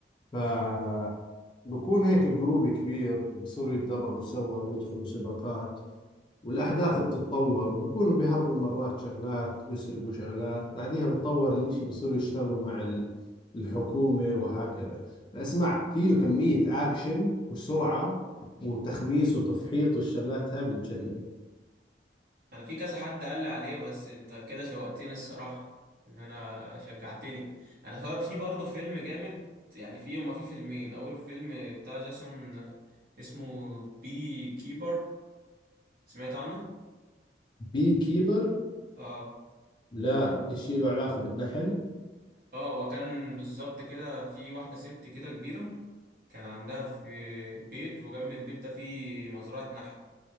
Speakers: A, on the left; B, on the right.
A: فبكون هيك جروب كبير وبصيروا يتدربوا سوا ويدخلوا سباقات والأحداث بتتطور وبكونوا بيهربوا مرات شغلات بيسرقوا شغلات بعديها بتطور الإشي بيصيروا يشتغلوا مع ال- الحكومة وهكذا فأسمع فيه كمية أكشن وسرعة وتخميس وتفحيط والشغلات هاي بتجنن
B: انا في كذا حد قال لي عليه بس انت كده شوقتني الصراحه ان انا شجعتني انا فا- في برضه فيلم جامد يعني في هما في فيلمين اول فيلم بتاع جاسون اسمه بي كيبر سمعت عنه
A: بي كيبر
B: اه
A: لا إشي له علاقة بالنحل
B: اه وكان بالظبط كده في واحده ست كده كبيره كان عندها في بيت وجنب البيت ده في مزرعه نحل